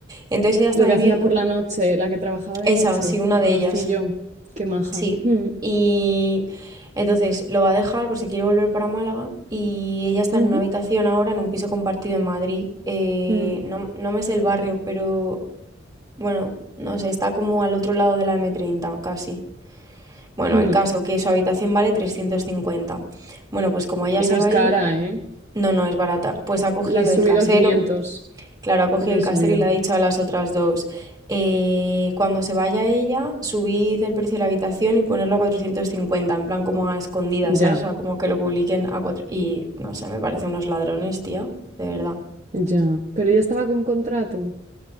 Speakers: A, on the right; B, on the right.
A: Entonces ella está
B: Lo
A: debiendo...
B: que hacía por la noche, la que trabajaba de
A: Esa,
B: noche,
A: sí, una
B: que
A: de
B: conocí
A: ellas.
B: yo, qué maja.
A: Sí,
B: Mm.
A: y entonces lo va a dejar por si quiere volver para Málaga y ella está
B: Ujú.
A: en una habitación ahora, en un piso compartido en Madrid. eh,
B: Mm.
A: no, no me sé el barrio, pero bueno, no sé, está como al otro lado de la m treinta casi. Bueno,
B: Mm.
A: el caso que su habitación vale trescientos cincuenta Bueno, pues como ella
B: Y
A: se
B: no
A: va
B: es
A: a
B: cara,
A: ir,
B: ¿eh?
A: no, no es barata. Pues ha cogido
B: La has
A: el
B: subido
A: casero
B: a 500
A: Claro, ha cogido
B: y la
A: el
B: has
A: casero
B: subido.
A: y le ha dicho a las otras dos, "Eh, cuando se vaya ella, subid el precio de la habitación y ponerlo a 450 en plan como a escondidas,
B: Ya,
A: ¿sabes? O sea, como que lo publiquen a cuatro Y no sé, me parece unos ladrones, tía, de verdad.
B: ya. Pero ya estaba con contrato.